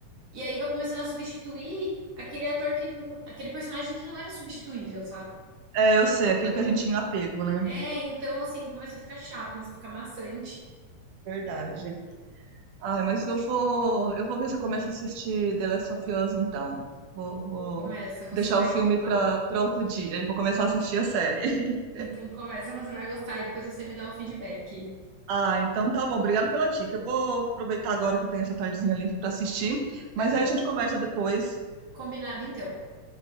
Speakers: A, on the right; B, on the right.
A: E aí vai começando a substituir aquele ator que... não- Aquele personagem que não era substituível, sabe?
B: É, eu sei, aquele que a gente tinha um apego, né?
A: É, então assim, começa a ficar chato, começa a ficar maçante.
B: Verdade. Ah, mas eu vou, eu vou ver se eu começo a assistir The Last of Us, então. Vou, vou
A: Começa, você
B: deixar
A: vai
B: o filme
A: gostar.
B: pra, pra outro dia e vou começar a assistir a série. <laughs>
A: Então começa, você vai gostar e depois você me dá o feedback.
B: Ah, então tá bom. Obrigado pela dica. Eu vou aproveitar agora que eu tenho essa tardezinha livre pra assistir, mas
A: Aham.
B: aí a gente conversa depois.
A: Combinado então.